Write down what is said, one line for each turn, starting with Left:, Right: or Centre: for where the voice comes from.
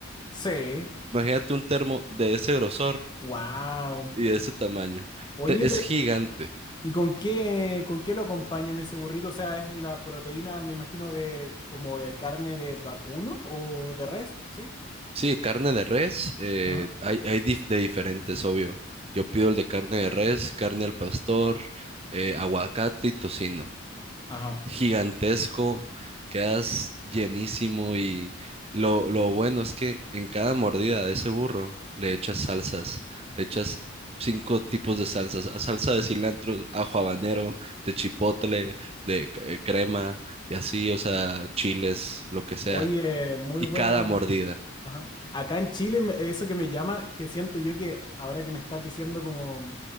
Left: Sí.
Right: Imagínate un termo de ese grosor
Left: Wow.
Right: y de ese tamaño.
Left: Oye,
Right: Te- es
Left: pero
Right: gigante.
Left: ¿y con qué, con qué lo acompañan ese burrito? O sea, es la proteína, me imagino, de como de carne de vacuno o de res, ¿sí?
Right: Sí, carne de res, eh,
Left: Ajá.
Right: hay, hay dif- de diferentes, obvio. Yo pido el de carne de res, carne al pastor, eh, aguacate y tocino.
Left: Ajá.
Right: Gigantesco, quedas llenísimo y lo, lo bueno es que en cada mordida de ese burro le echas salsas, le echas cinco tipos de salsas, a- salsa de cilantro, ajo habanero, de chipotle, de eh, crema y así, o sea, chiles, lo que sea.
Left: Oye, muy
Right: Y
Left: buena.
Right: cada mordida.
Left: Ajá. Acá en Chile, me- eso que me llama, que siento yo que ahora que me estás diciendo como,